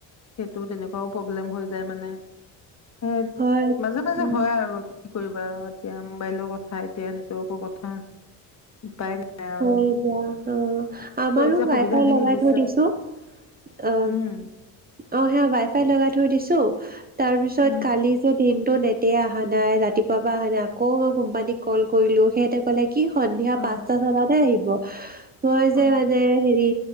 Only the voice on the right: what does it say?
হয়
উম
হয় দা অ আমাৰো
ৱাই
ফাই
লগাই
থৈ দিছো অ
অ সে ৱাই ফাই লগাই থৈ দিছো ত তাৰপিছত
কালি যে দিন নেটে অহা নাই ৰাতিপুৱ পৰা অহা নাই আকৌ মই কোম্পানীক কল কৰিলো সিহঁতে ক'লে কি সন্ধ্যা পাঁচ
আহিব মই যে
মানে হেৰি